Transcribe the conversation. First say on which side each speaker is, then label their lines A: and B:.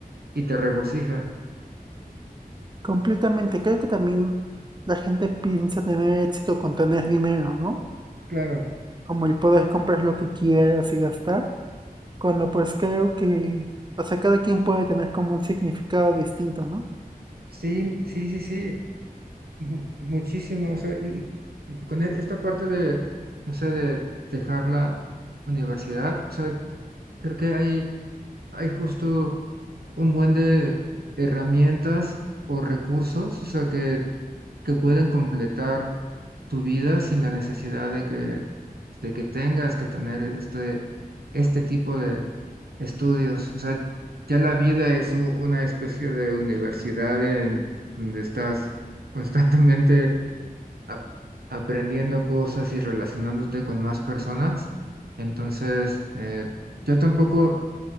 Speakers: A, on the right (about 80°); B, on the right (about 30°).
A: y te regocija.
B: completamente. Creo que también la gente piensa tener éxito con tener dinero, ¿no?
A: Claro,
B: Como el poder comprar lo que quieras y gastar, cuando pues creo que, o sea, cada quien puede tener como un significado distinto, ¿no?
A: sí, sí, sí, sí. mu- muchísimo, o sea, y, y- y con e- esta parte de, no sé, de dejar la universidad, o sea, creo que hay, hay justo un buen de herramientas o recursos, o sea, que, que pueden completar tu vida sin la necesidad de que, de que tengas que tener este, este tipo de estudios. O sea, ya la vida es u- una especie de universidad en donde estás constantemente a- aprendiendo cosas y relacionándote con más personas. Entonces, eh, yo tampoco